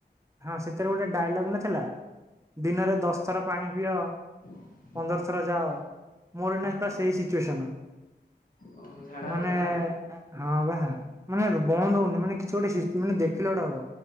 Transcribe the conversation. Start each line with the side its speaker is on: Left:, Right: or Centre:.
Right: ହଁ ସେଥିରେ ଗୋଟେ ଡାଇଲଗ୍ ନଥିଲା ଦିନରେ ଦଶଥର ପାଣି ପିଅ।
Left: ହ <inaudible>
Right: ପନ୍ଦର ଥର ଯାଅ ମୋର ଏଇନେ ପରା ସେଇ ସିଚୁଏସନ।
Left: ଓହୋ ଝାଡ଼ା
Right: ମାନେ
Left: ହଉଛି ନା?
Right: ହଁ ବା ମାନେ ବନ୍ଦ ହଉନି ମାନେ କିଛି ଗୋଟେ ସି ମାନେ ଦେଖ ଦେଖିଲେ ଗୋଟେ ହବ